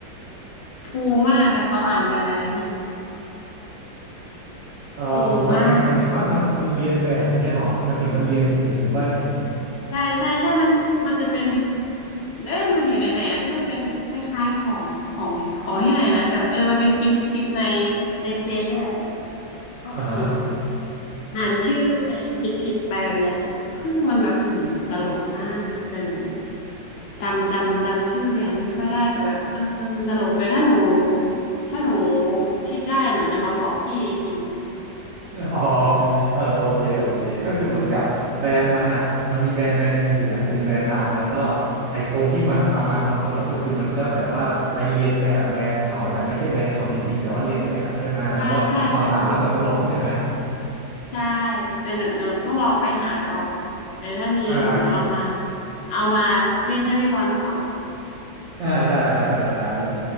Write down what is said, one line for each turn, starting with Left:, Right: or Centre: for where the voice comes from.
Left: ปูม่าแต่เขาอ่านเป็นอะไรนะพี่
Right: เออหมายถึงหมายถึงว่ามันมันเรียนแบบเนี้ยเหรอมันถึงมันเรียนเสียงหรือว่ายังไง
Left: ปูม่าใช่ใช่ใช่มันมันจะเป็น <laughs> เอ้ยหนูเห็นไหนไหนอ่ะที่มันเป็นคล้ายๆของของของที่ไหนนะแต่เออมันเป็นคลิปคลิปในในเฟซเนี่ยแหละแบบเขาอ่านแบบ
Right: อ่าฮะ
Left: อ่านชื่อแบรนด์ผิดๆไปแบบเนี้ยซึ่งมันแบบอืมตลกมากแต่หนูจำจำจำชื่อแบรนด์ไม่ค่อยได้แต่แบบเออเออมันตลกแต่ถ้าหนูถ้าหนูคิดได้หนูจะมาบอกพี่อีกที
Right: อ๋อเออโอเคโอเคก็คือเหมือนกับแบรนด์มันอ่ะมันมีแบรนด์แบรนด์หนึ่งอยู่แหละเป็นแบรนด์ดังแล้วก็ไอคนที่มันเอามาทำตลกก็คือมันก็แบบว่าไปเรียนแบบแบรนด์เขาแต่ไม่ใช่แบรนด์เขาจริงๆแต่ว่าเรียนแบบใช่ไหมแล้วก็พอเราอ่านแล้วมันตลกใช่ไหม
Left: ใช่ใช่ใช่ ใช่เดี๋ยวหนูต้องลองไปหาก่อนเดี๋ยวถ้ามีเดี๋ยวหนูจะเอามา
Right: อ่า
Left: เอามาเล่นให้พี่บอลฟัง
Right: อ่าได้ได้ได้ได้เออ